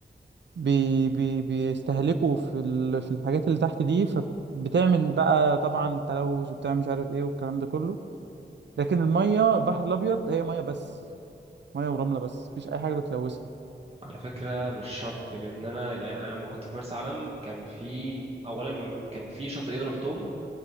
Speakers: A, on the right (about 80°); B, on the right (about 35°).
A: بي بي بيستهلكوا في ال... في الحاجات اللي تحت دي فبتعمل بقى طبعا تلوث وبتعمل مش عارف ايه والكلام ده كله لكن المية البحر الأبيض هي مية بس مية ورملة بس مفيش أي حاجة بتلوثها
B: على فكرة مش شرط لأن أنا يعني أنا لما كنت في مرسى علم كان في أولا كان في شاطئين رحتهم